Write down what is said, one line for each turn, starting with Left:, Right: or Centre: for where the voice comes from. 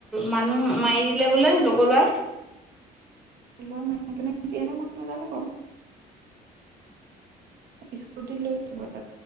Centre: মানুহ মাৰি দিলে বোলে লগৰ লগাই
Right: মনে <unintelligible> মই নাজানো বাৰু স্কুটিত লৈ যাব পাৰে